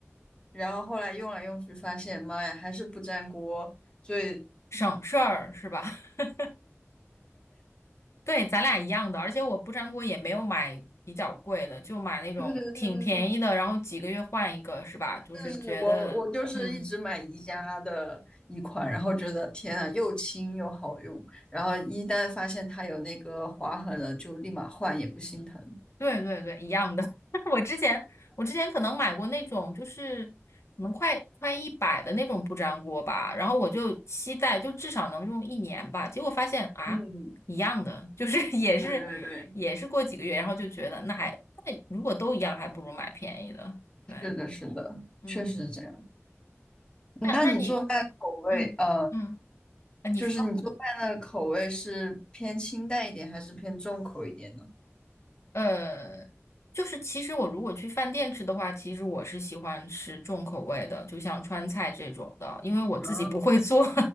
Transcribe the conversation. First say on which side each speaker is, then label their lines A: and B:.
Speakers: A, on the left; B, on the left.
A: 然后后来用来用去发现，妈呀，还是不粘锅。所以，
B: 省事儿是吧？<laughs> 对，咱俩一样的，而且我不粘锅也没有买比较贵的，就买那种挺便宜的，
A: 对对对对对，
B: 然后几个月换一个是吧？就是觉得，
A: 是我我就是一直买宜家的一款，
B: 嗯。
A: 然后觉得天呐，又轻又好用，然后一旦发现它有那个划痕了，就立马换，也不心疼。
B: 对对对，一样的。<laughs> 我之前我之前可能买过那种，就是可能快快一百的那种不粘锅吧，然后我就期待就至少能用一年吧，结果发现啊，
A: 嗯，
B: 一样的，就是 <laughs> 也是也是过几个月，
A: 对对对，
B: 然后就觉得那还那如果都一样，还不如买便宜的。对，
A: 是的，是的，
B: 嗯，
A: 确实是这样。
B: 那那你
A: 那你做饭口味，
B: 嗯嗯，
A: 呃，
B: 啊你说。
A: 就是你做饭的口味是偏清淡一点，还是偏重口一点呢？
B: 呃，就是其实我如果去饭店吃的话，其实我是喜欢吃重口味的，就像川菜这种的，因为我自己不会做，
A: 啊，